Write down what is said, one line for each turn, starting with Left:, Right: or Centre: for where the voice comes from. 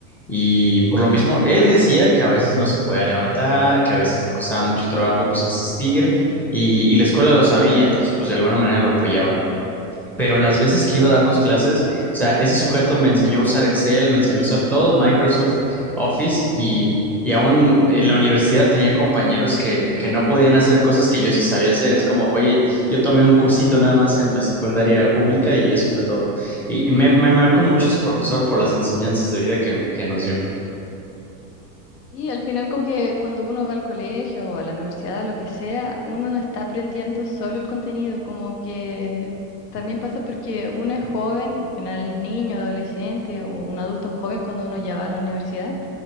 Centre: Y
Left: ujú.
Centre: por lo mismo, él decía que a veces no se podía levantar, que a veces le costaba mucho trabajo pues asistir y, y la escuela lo sabía, entonces pues de alguna manera lo apoyaban. Pero las veces que iba a darnos clases, o sea, ese sujeto me enseñó a usar Excel, me enseñó a usar todo, Microsoft Office y, y aún en la universidad tenía compañeros que, que no podían hacer cosas que yo sí sabía hacer. Es como, oye, yo tomé un cursito nada más en la secundaria pública y eso fue todo. Y, y me, me marcó mucho ese profesor por las enseñanzas de vida que, que nos dio.
Left: Y al final como que cuando uno va al colegio o a la universidad, a lo que sea, uno no está aprendiendo solo el contenido, como que también pasa porque uno es joven, en general es niño, adolescente o un adulto joven cuando uno ya va a la universidad